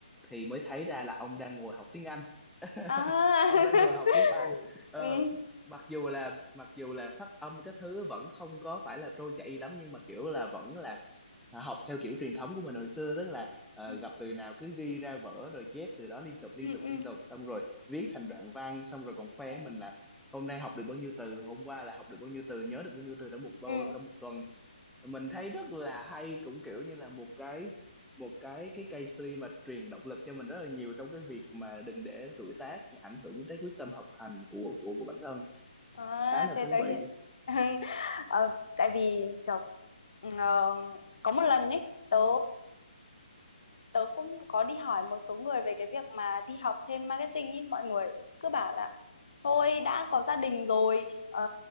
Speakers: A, in the centre; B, on the left.
A: thì mới thấy ra là ông đang ngồi học tiếng Anh <laughs>
B: À. <laughs>
A: ông đang ngồi học tiếng Anh ờ,
B: ừ.
A: mặc dù là mặc dù là phát âm cái thứ vẫn không có phải là trôi chảy lắm nhưng mà kiểu là vẫn là học theo kiểu truyền thống của mình hồi xưa tức là ờ,
B: ừ
A: gặp từ nào cứ ghi ra vở rồi chép từ đó liên tục liên
B: ừ
A: tục
B: ừ
A: liên tục xong rồi viết thành đoạn văn xong rồi còn khoe
B: ừ
A: mình là hôm nay học được bao nhiêu từ hôm qua là học được bao nhiêu từ nhớ được bao nhiêu từ trong một bao
B: ừ.
A: trong một tuần mình thấy rất là hay cũng kiểu như là một cái một cái cái case study mà truyền động lực cho mình rất là nhiều trong cái việc mà đừng để tuổi tác ảnh hưởng tới quyết tâm học hành của của của bản thân
B: À,
A: khá là
B: thế
A: thú vị
B: tới hiện <laughs> Ờ, tại vì kiểu ờ, có một lần ấy tớ tớ cũng có đi hỏi một số người về cái việc mà đi học thêm marketing ấy mọi người cứ bảo là thôi đã có gia đình rồi ờ,